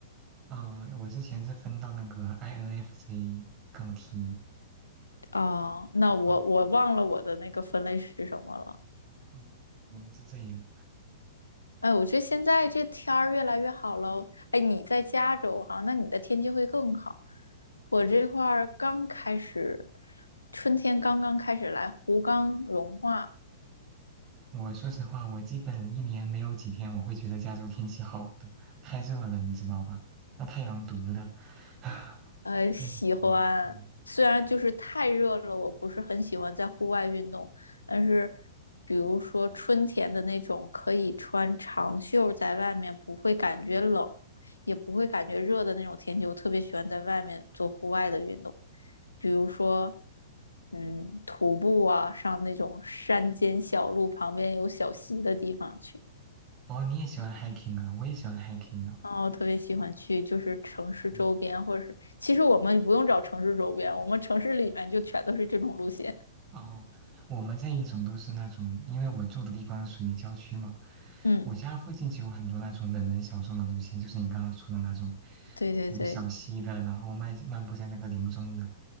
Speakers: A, on the right; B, on the left.
A: 啊，我之前是分到那个 INFJ 杠 T。
B: 哦，那我我忘了我的那个分类是什么了。
A: 啊，嗯，原来是这样。
B: 哎，我觉得现在这天儿越来越好了。哎，你在加州哈，那你的天气会更好。我这块儿刚开始，春天刚刚开始来，湖刚融化，
A: 嗯我说实话，我基本一年没有几天我会觉得加州天气好的，太热了，你知道吧？那太阳毒的。<laughs>
B: 呃，喜欢，
A: 嗯，嗯，
B: 虽然就是太热了，我不是很喜欢在户外运动，但是比如说春天的那种，可以穿长袖在外面，不会感觉冷，也不会感觉热的那种天气，我特别喜欢在外面做户外的运动，比如说，嗯，徒步啊，上那种山间小路，旁边有小溪的地方去。
A: 哦，你也喜欢 hiking 啊？我也喜欢 hiking 呢。
B: 哦，我特别喜欢去就是城市周边，
A: 嗯
B: 或者是其实我们不用找城市周边，我们城市里面就全都是这种路线。
A: 哦，我们这一种都是那种，因为我住的地方属于郊区嘛，
B: 嗯，
A: 我家附近就有很多那种冷门小众的路线，就是你刚刚说的那种，
B: 对对对
A: 有小溪的，然后漫漫步在那个林中的。